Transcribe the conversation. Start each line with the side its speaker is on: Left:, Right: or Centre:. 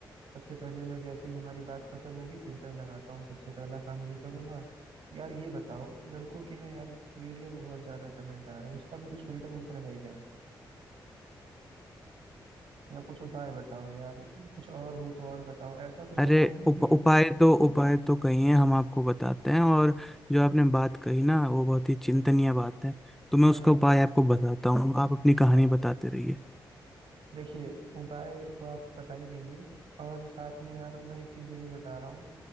Right: सबसे पहले मैं जैसे ही हमारी बात खत्म होगी फिल्टर लगाता हूँ सबसे पहला काम यही करूंगा यार ये बताओ लड़कों की ना यार वीडियो पे बहुत ज्यादा कमेंट आ रहे हैं उसका भी कुछ फिल्टर उल्टर है क्या या कुछ उपाय बताओ यार कुछ और हो तो और बताओ ऐसा कुछ
Centre: अरे
Right: बताओ ना
Centre: उप,
Right: कि
Centre: उपाय तो उपाय तो कही है हम आपको बताते हैं और जो आपने बात कही ना वो बहुत ही चिंतनीय बात है तो मैं
Right: हाँ
Centre: उसका उपाय आपको बताता हूँ आप अपनी कहानी
Right: हाँ हाँ।
Centre: बताते रहिए
Right: देखिए उपाय तो आप बता ही देंगे और साथ में यार मैं एक चीज ये भी बता रहा हूँ